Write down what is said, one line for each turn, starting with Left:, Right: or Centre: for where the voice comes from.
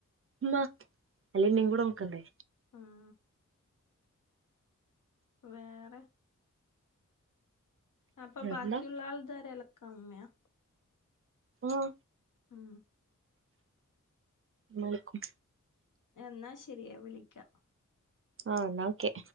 Right: ഇമ്മാ അല്ലേ ഇന്നീ കൂടെ നോക്കണ്ടേ?
Left: ഉം വേറെ അപ്പം
Right: വേറെന്താ
Left: ബാക്കിള്ള ആൾതാരെ എലക്കാ ഇമ്മെയാ?
Right: ആഹ്
Left: ഉം
Right: ഇമ്മ അലക്കും
Left: എന്നാ ശരിയേ വിളിക്കാ
Right: ആഹ് ന്നാ ഓക്കേ